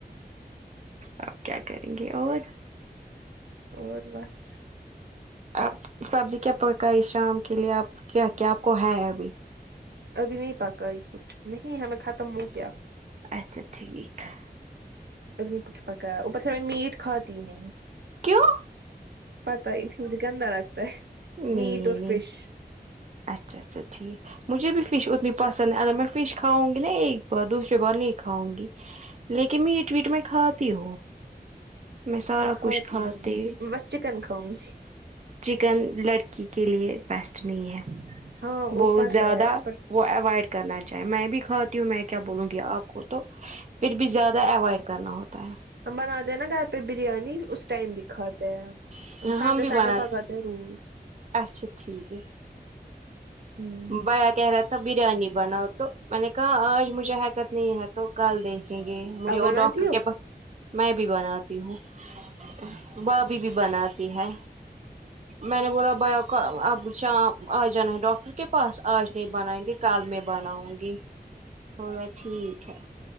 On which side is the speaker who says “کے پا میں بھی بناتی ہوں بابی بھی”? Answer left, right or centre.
Right